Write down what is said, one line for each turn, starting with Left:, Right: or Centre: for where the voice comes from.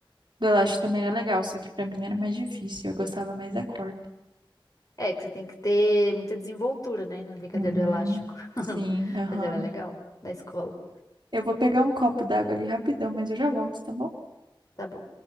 Right: Do elástico também era legal, só que pra mim era mais difícil. Eu gostava mais da corda.
Left: É que você tem que ter muita desenvoltura, né, na brincadeira
Right: Uhum.
Left: do elástico.
Right: Sim,
Left: <laughs>
Right: aham.
Left: Mas ela é legal na escola.
Right: Eu vou pegar um copo d'água ali rapidão, mas eu já volto, tá bom?
Left: Tá bom.